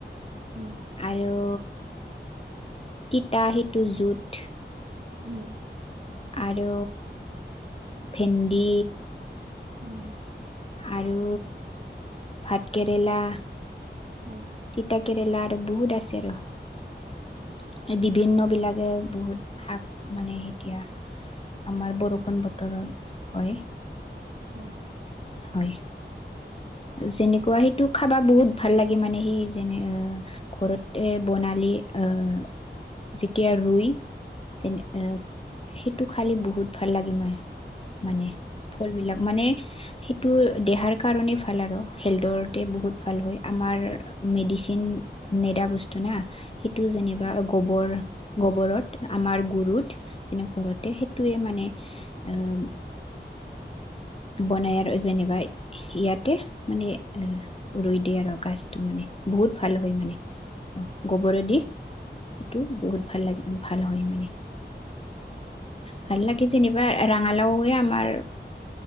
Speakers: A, on the right; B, on the left.
A: উম
B: আৰু তিতা সেইটো জোথ
A: উম
B: আৰু ভেন্দি
A: উম
B: আৰু ভাতকেৰেলা
A: হয়।
B: তিতা কেৰেলা আৰু বহুত আছে আৰু বিভিন্ন বিলাকে বহুত শাক মানে এতিয়া আমাৰ বৰষুণ বতৰত হয়
A: হয়
B: হয়।
A: <inaudible>
B: যেনেকুৱা সেইটো খাবা বহুত ভাল লাগে মানে সি যেনে ঘৰতে বনালি অহ যেতিয়া ৰুই যেনে এ সেইটো খালি বহুত ভাল লাগি মাই মানে ফল বিলাক মানে সেইটো দেহাৰ কাৰণে ভাল আৰু। হেল্দৰতে বহুত ভাল হয় আমাৰ মেডিচিন নেদা বস্তু না। সেইটো যেনিবা গোবৰ গোবৰত আমাৰ গুৰুত যেনে ঘৰতে সেইটোৱে মানে এ
A: <inaudible>
B: বনায় আৰু যেনিবা ইয়াতে মানে ৰুই দিয়ে আৰু গাজটো মানে বহুত ভাল হয় মানে অহ গোবৰেদি সেইটো বহুত ভাল লাগে ভাল হয় মানে। ভাল লাগে যেনিবা ৰাঙালাওৱে আমাৰ